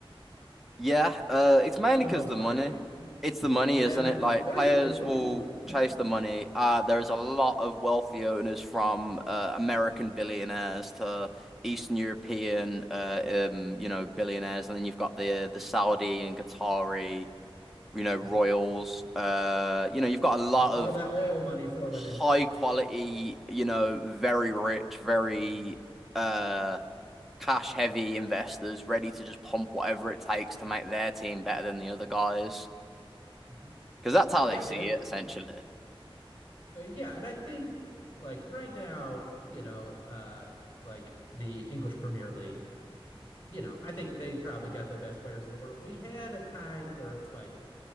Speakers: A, in the centre; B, on the left (about 25°).
A: Yeah, uh, it's mainly
B: for the
A: because
B: most
A: the
B: part.
A: money.
B: <laughs> You-
A: It's the money,
B: Yeah,
A: isn't it? Like
B: of course.
A: players
B: It's always
A: will
B: the money.
A: chase
B: <laughs>
A: the money. Uh, there is a lot of wealthy owners from uh, American billionaires to Eastern European, uh, um, you know, billionaires, and then you've got the the Saudi and Qatari, you know, royals.
B: Mm-hmm.
A: Uh, you know, you've got a lot
B: Just all
A: of
B: that oil money flowing
A: high
B: in.
A: quality, you know, very rich, very uh cash heavy investors ready to just pump whatever it takes to make their team better than the other guys
B: hmm
A: because that's how
B: Yeah,
A: they see
B: and
A: it essentially.
B: uh, yeah, and I think like right now, you know, uh like the English Premier League, you know, I think they probably got the best players in the world. We had a time where it's like